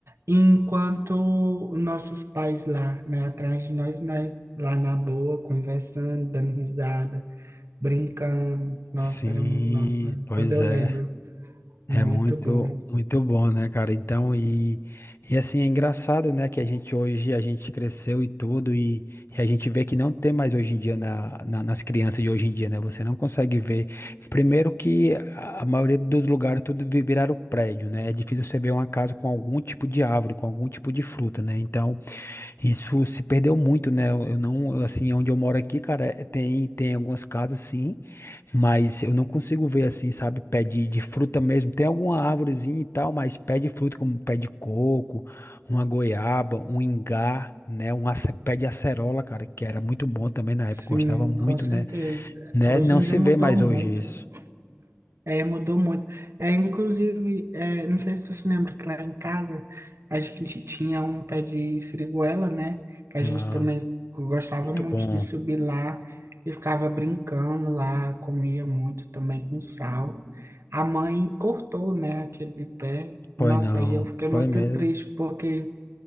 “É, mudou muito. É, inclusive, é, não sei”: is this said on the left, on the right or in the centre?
Right